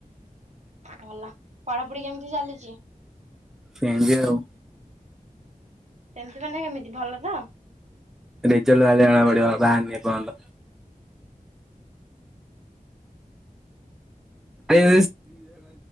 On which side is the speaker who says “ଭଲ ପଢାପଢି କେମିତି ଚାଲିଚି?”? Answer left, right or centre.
Right